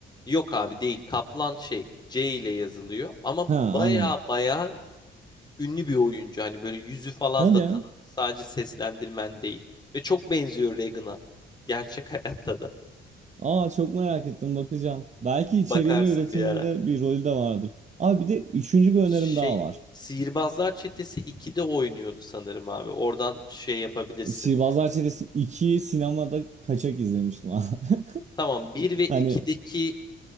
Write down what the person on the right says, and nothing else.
Ha anladım.
Hadi
ya.
Aa çok merak ettim bakacağım. Belki içeriğini
üretiminde
bir rolü de vardır. Abi bir de üçüncü bir önerim
daha var.
Sihirbazlar Çetesi 2'yi sinemada kaçak izlemiştim abi. <laughs>
Hani